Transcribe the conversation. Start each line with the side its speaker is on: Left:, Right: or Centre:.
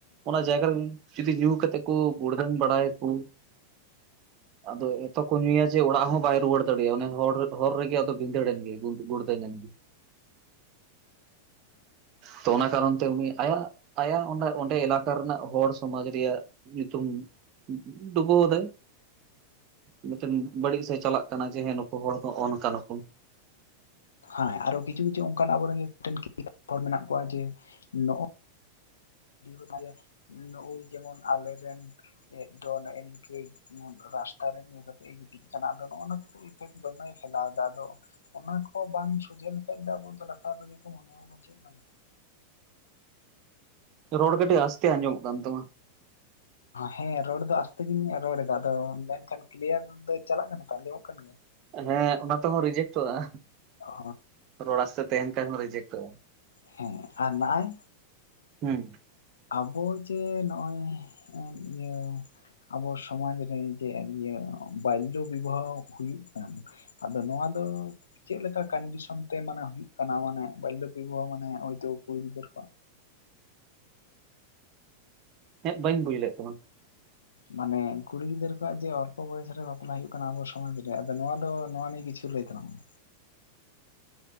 Right: ᱚᱱᱟ ᱡᱟᱭᱜᱟ ᱨᱮ ᱡᱩᱫᱤ ᱧᱩ ᱠᱟᱛᱮ ᱠᱚ ᱜᱩᱲᱫᱟᱹᱱ ᱵᱟᱲᱟᱭᱟᱠᱚ ᱟᱫᱚ ᱮᱛᱚ ᱠᱚ ᱧᱩᱭᱼᱼ ᱡᱮ ᱚᱲᱟᱜ ᱦᱚᱸ ᱵᱟᱭ ᱨᱩᱣᱟᱹᱲ ᱫᱟᱲᱮᱭᱟᱜᱼᱟ ᱚᱱᱮ ᱦᱚᱲ ᱦᱚᱨ ᱨᱮᱜᱮ ᱟᱫᱚ ᱵᱷᱸᱤᱫᱟᱹᱲᱮᱱ ᱜᱮ ᱜᱩᱲᱫᱟᱹᱝ ᱮᱱᱜᱜᱤ᱾ <inaudible> ᱛᱚ ᱚᱱᱟ ᱠᱟᱨᱚᱱ ᱛᱮ ᱩᱱᱤ ᱟᱭᱟᱜ ᱟᱭᱟᱜ ᱚᱸᱰᱮ ᱮᱞᱟᱠᱟ ᱨᱮᱱᱟᱜ ᱦᱚᱲ <unintelligible> ᱢᱤᱫᱴᱮᱱ ᱵᱟᱹᱲᱤᱡ ᱥᱮᱫ ᱪᱟᱞᱟᱜ ᱠᱟᱱᱟ ᱡᱮ ᱦᱮᱸ ᱱᱩᱠᱩ ᱦᱚᱲ ᱫᱚ ᱚᱱ ᱠᱟᱱᱟ ᱠᱚ
Left: ᱦᱳᱭ ᱠᱤᱪᱷᱩ ᱠᱤᱪᱷᱩ ᱚᱱᱠᱟᱱ ᱟᱵᱚᱨᱮᱱ ᱴᱮᱱ ᱦᱚᱲ ᱢᱮᱱᱟᱜ ᱠᱚᱣᱟ ᱡᱮ ᱱᱚᱜᱼ <unintelligible> ᱡᱮᱢᱚᱱ ᱟᱞᱮ ᱨᱮᱱ ᱫᱚ ᱱᱚᱜᱼ ᱱᱤᱝᱠᱟᱹ ᱨᱟᱥᱛᱟ ᱨᱮ ᱧᱩ ᱠᱟᱛᱮᱭ ᱜᱤᱛᱤᱡ ᱠᱟᱱᱟ, ᱟᱫᱚ ᱱᱚᱜ-ᱚ ᱱᱚᱭᱟ <unintelligible> ᱫᱚᱢᱮ ᱦᱮᱱᱟᱜ -ᱟ ᱟᱫᱚ ᱚᱱᱟ ᱠᱚ ᱵᱟᱝ, ᱥᱚᱡᱷᱮ ᱱᱤᱛᱚᱜ ᱫᱚ ᱟᱵᱚ ᱫᱚ ᱞᱟᱛᱟᱨ ᱨᱮᱜᱮ ᱠᱚ ᱢᱚᱱᱮ ᱵᱚᱱᱟ ᱪᱮᱫ ᱠᱟᱱᱟ
Right: <inaudible> ᱨᱚᱲ ᱠᱟᱹᱴᱤᱡ ᱟᱥᱛᱮ ᱟᱸᱡᱚᱢᱚᱜ ᱠᱟᱱ ᱛᱟᱢᱟ᱾
Left: ᱦᱮᱸ ᱨᱚᱲ ᱫᱚ ᱟᱥᱛᱮ ᱜᱤᱧ ᱨᱚᱲᱮᱫᱟ ᱟᱫᱚ ᱢᱮᱱᱠᱷᱟᱱ ᱠᱞᱤᱭᱟᱨ ᱫᱚ ᱪᱟᱞᱟᱜ ᱠᱟᱱᱟ ᱛᱚ ᱟᱸᱡᱚᱢᱚᱜ ᱠᱟᱱ ᱜᱮᱭᱟ
Right: ᱦᱮᱸ ᱚᱱᱟ ᱛᱮᱦᱚᱸ ᱨᱤᱡᱮᱠᱴᱚᱜᱼᱟ,
Left: ᱚ
Right: ᱨᱚᱲ ᱟᱥᱛᱮ ᱛᱟᱦᱮᱱ ᱠᱷᱟᱡ ᱦᱚᱸ ᱨᱤᱡᱮᱠᱴᱚᱜᱼᱟ
Left: ᱦᱮᱸ ᱟᱨ ᱱᱚᱜᱼᱚᱭ
Right: ᱦᱩᱸ
Left: ᱟᱵᱚ ᱡᱮ ᱱᱚᱜᱼᱚᱭ ᱮᱫ ᱤᱭᱟᱹ ᱟᱵᱚ ᱥᱚᱢᱟᱡ ᱨᱮ ᱡᱮ ᱤᱭᱟᱹ ᱵᱟᱭᱞᱚ ᱵᱤᱵᱚᱦᱟᱣ ᱦᱩᱭᱩᱜ ᱠᱟᱱ ᱟᱫᱚ ᱱᱚᱣᱟ ᱫᱚ ᱪᱮᱫ ᱞᱮᱠᱟ ᱠᱟᱱᱰᱤᱥᱚᱱ ᱛᱮ ᱢᱟᱱᱮ ᱦᱩᱭᱩᱜ ᱠᱟᱱᱟ ᱢᱟᱱᱮ ᱵᱟᱭᱞᱩ ᱵᱤᱵᱚᱦᱟ ᱢᱟᱱᱮ ᱛᱚ ᱠᱩᱲᱤ ᱜᱤᱫᱽᱨᱟᱹ ᱠᱚᱣᱟᱜ
Right: ᱛᱮᱫ ᱵᱟᱹᱧ ᱵᱩᱡ ᱞᱮᱫ ᱛᱟᱢᱟ
Left: ᱢᱟᱱᱮ ᱠᱩᱲᱤ ᱜᱤᱫᱽᱟᱹᱨ ᱠᱚᱣᱟᱜ ᱡᱮ ᱚᱞᱯᱚ ᱵᱚᱭᱚᱥ ᱨᱮ ᱵᱟᱯᱞᱟ ᱦᱩᱭᱩᱜ ᱠᱟᱱᱟ ᱟᱵᱚ ᱥᱚᱢᱟᱡ ᱨᱮ ᱟᱫᱚ ᱱᱚᱣᱟ ᱫᱚ ᱱᱚᱣᱟ ᱱᱮᱭ ᱠᱤᱪᱷᱩ ᱞᱟᱹᱭ ᱛᱟᱞᱟᱝ ᱢᱮ
Right: <inaudible>